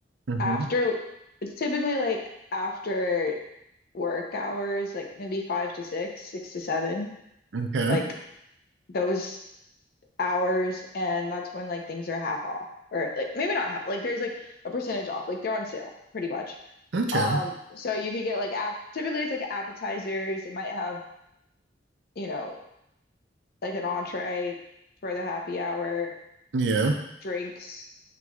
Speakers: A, on the right; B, on the left.
A: hmm
B: after, it's typically like after work hours, like maybe five to six, six to seven,
A: Okay.
B: like those hours. And that's when like things are half off, or like maybe not half, like there's like a percentage off, like they're on sale pretty much.
A: Okay.
B: Um, so you could get like app typically it's like appetizers. They might have, you know, like an entree for the happy hour,
A: Yeah.
B: drinks.